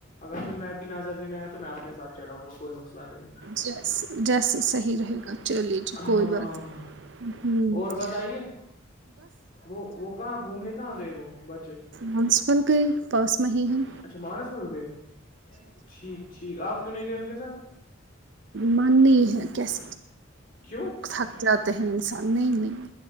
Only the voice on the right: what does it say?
جس جیس صحیح رہے چلیے جی
کوئی بات نہیں ہ
مسپل کے پاس م ہی ہیں
ماننی ہے کی س
تھک جاتے ہیں انسان نہیں نہیں